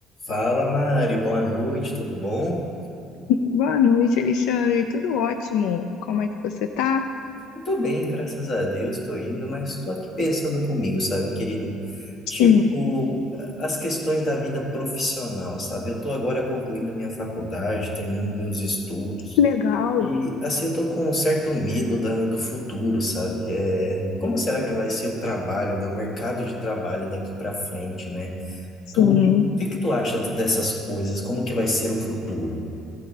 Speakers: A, on the left; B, on the left.
A: Fala, Mari, boa noite, tudo bom?
B: Boa noite, Alexandre. Tudo ótimo. Como é que você tá?
A: Eu tô bem, graças a Deus, tô indo, mas tô aqui pensando comigo, sabe, querida? Tipo,
B: Sim,
A: as questões da vida profissional, sabe? Eu tô agora concluindo minha faculdade, terminando meus estudos,
B: legal.
A: e assim eu tô com um certo medo da, do futuro, sabe? É, como será que vai ser o trabalho, né? O mercado de trabalho daqui pra frente, né?
B: Sim.
A: Tu, o que que tu acha dessas coisas? Como que vai ser o futuro?